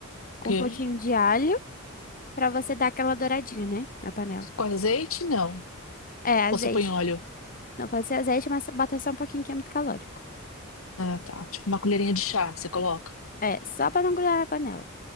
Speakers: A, on the left; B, on the left.
A: com
B: queijo.
A: um pouquinho de alho, pra você dar aquela douradinha, né, na panela.
B: Com azeite, não.
A: É, azeite.
B: Ou você põe óleo?
A: Não pode ser azeite, mas bota só um pouquinho que é muito calórico.
B: Ah, tá. Tipo uma colherinha de chá, você coloca?
A: É, só pra não grudar na panela.